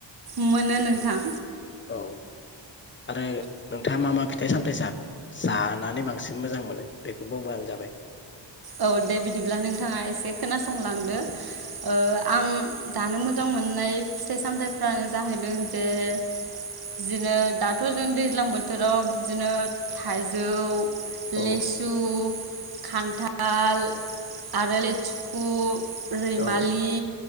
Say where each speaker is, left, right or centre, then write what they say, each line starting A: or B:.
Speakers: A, on the right; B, on the left.
A: मोनो नोंथां
B: औ आरो नोंथाङा मा मा फिथाइ सामथाइ जा-जानानै बांसिन मोजां मोनो? मोनो बेखौ बुंबानो जाबाय।
A: औ दे बिदिब्ला नोंथाङा एसे खोनासंलांदो ओ आं जानो मोजां मोननाय फिथाइ सामथायाइफ्रानो जाहैदों जे बिदिनो दाथ' जों दैज्लां बोथोराव बिदिनो थाइजौ
B: औ
A: लेसु खानथा थाल आरो लेथुखु रैमलि
B: औ